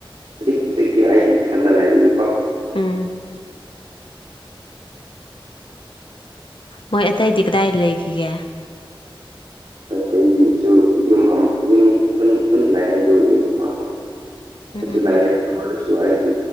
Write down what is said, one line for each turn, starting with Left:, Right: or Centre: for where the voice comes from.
Right: ꯍꯧꯖꯤꯛ ꯍꯧꯖꯤꯛꯇꯤ ꯑꯩꯗꯤ ꯏꯊꯟꯗ ꯂꯩꯕꯤꯌꯨꯀꯣ
Left: ꯎꯝ ꯃꯣꯏ ꯑꯇꯩꯗꯤ ꯀꯗꯥꯏꯗ ꯂꯩꯈꯤꯒꯦ
Right: ꯃꯩꯇꯩꯗꯤꯁꯨ ꯌꯨꯝ ꯑꯃ ꯌꯨꯝ ꯈꯨꯟ ꯈꯨꯟ ꯂꯥꯛꯑꯦ ꯑꯗꯨ ꯌꯨꯝ ꯑꯃꯀꯣ
Left: ꯎꯝ
Right: ꯑꯁꯨ
Left: ꯎꯝ
Right: ꯂꯩꯌꯦ
Left: ꯎꯝ
Right: ꯑꯗꯨ ꯑꯣꯏꯔꯁꯨ ꯍꯥꯏꯗꯤ